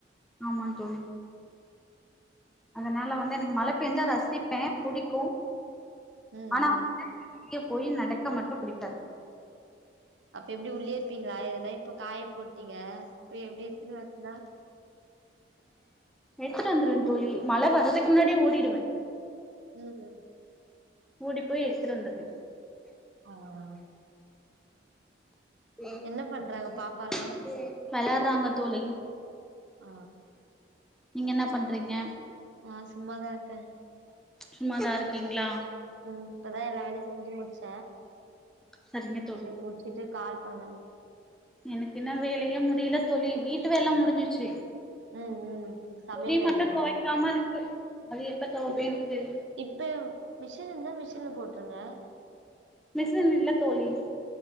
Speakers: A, in the centre; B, on the right.
A: ஆமா தோழி அதனால வந்து எனக்கு மழ பேஞ்சா ரசிப்பே புடிக்கு
B: ம்
A: ஆனா
B: ம்
A: வந்து வெளிய போய் நடக்க மட்டு புடிக்காது
B: அப்ப எப்டி உள்ளயே இருப்பீங்களா எதனா இப்ப காய போட்டீங்க இப்ப எப்டி எத்துன்னு வரதுனா
A: எடுத்துட்டு வந்துருவ தோழி மழ வரதுக்கு முன்னாடியே ஓடிடுவ
B: ம்
A: ஓடி போய் எடுத்துட்டு வந்துருவே
B: ஆ
A: உம்
B: என்ன பண்றாங்க
A: உம்
B: பாப்பாலா
A: வெளாட்றாங்க தோழி
B: ஆ
A: நீங்க என்ன பண்றீங்க
B: நா சும்மாதா இருக்க
A: சும்மாதா இருக்கீங்களா
B: ம் இப்பதா எல்லா வேலையு செஞ்சு முடிச்ச
A: சரிங்க தோழி
B: சேரி முடிச்சிட்டு கால் பண்லானு
A: எனக்கு இன்னு வேலையே முடியில தோழி வீட்டு வேலல்லா முடிஞ்சுச்சு
B: ம் ம் சமையல்
A: துணி
B: வேலையா
A: மட்டு தொவைக்காம இருக்கு அது எப்ப தொவைப்பேனோ
B: இப்
A: தெரில
B: இப்ப மிஷின் இருந்தா மிஷின்ல போட்ருங்க
A: மிஷின் இல்ல தோழி